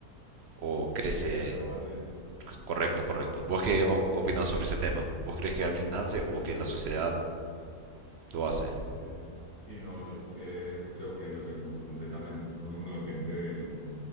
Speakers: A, on the right; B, on the left.
A: o crece.
B: La sociedad lo hace...
A: Correcto, correcto. ¿Vos qué o- opinás
B: ¿No?
A: sobre ese tema? ¿Vos crees que alguien nace o que la sociedad lo hace?
B: eh, sí, no, yo eh, creo que lo segundo completamente, ¿no? Uno depende de,